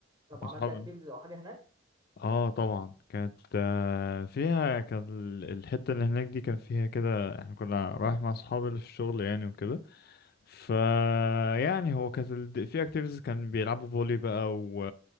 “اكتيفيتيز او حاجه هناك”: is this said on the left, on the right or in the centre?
Right